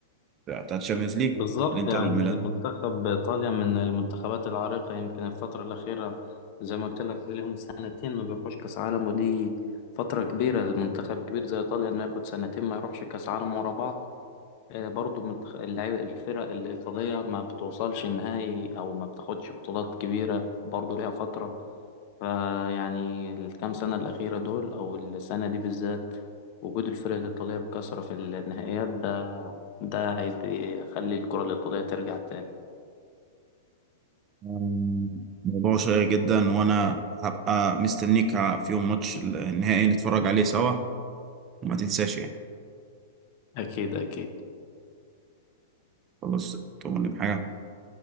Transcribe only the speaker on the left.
بالظبط
يعني
منتخب إيطاليا من المنتخبات العريقة يمكن الفترة الأخيرة زي ما قلت لك لهم سنتين ما بيروحوش كأس عالم ودي فترة كبيرة للمنتخب كبير زي إيطاليا إنه ياخد سنتين ما يروحش كأس عالم ورا بعض آه، برضو من تخ- اللعيبة الفرق الإيطالية ما بتوصلش نهائي أو ما بتاخدش بطولات كبيرة برضو ليها فترة فيعني الكام سنة الأخيرة دول أو السنة دي بالذات وجود الفرق الإيطالية بكثرة في النهائيات ده ده هيخلي الكرة الإيطالية ترجع تاني
أكيد أكيد